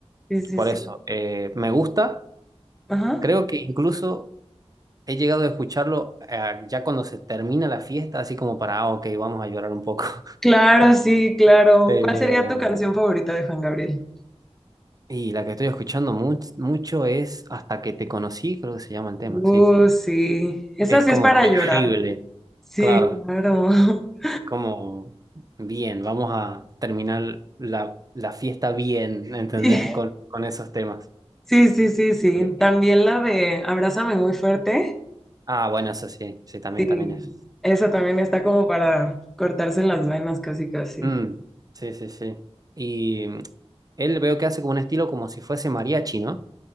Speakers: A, in the centre; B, on the right.
A: Sí, sí,
B: por
A: sí.
B: eso. eh, me gusta.
A: Ajá.
B: Creo que incluso he llegado a escucharlo eh, ya cuando se termina la fiesta, así como para, ah, ok, vamos a llorar un poco. <laughs>
A: Claro, sí, claro.
B: Pero...
A: ¿Cuál sería tu canción favorita de Juan Gabriel?
B: Y la que estoy escuchando much- mucho es Hasta que te conocí, creo que se llama el tema,
A: Uh,
B: sí.
A: sí. Esa
B: Es
A: sí
B: como
A: es para
B: terrible.
A: llorar. Sí,
B: Claro,
A: claro. <laughs>
B: como bien, vamos a terminar la, la fiesta bien, ¿entendés?
A: Sí,
B: Con, con esos temas.
A: sí, sí, sí. sí.
B: Eh,
A: También la de Abrázame muy fuerte.
B: ah, bueno, eso sí, sí, también,
A: Sí.
B: también es.
A: Esa también está como para cortarse las venas, casi, casi.
B: Mm, sí, sí, sí. Y mm, él veo que hace como un estilo como si fuese mariachi, ¿no?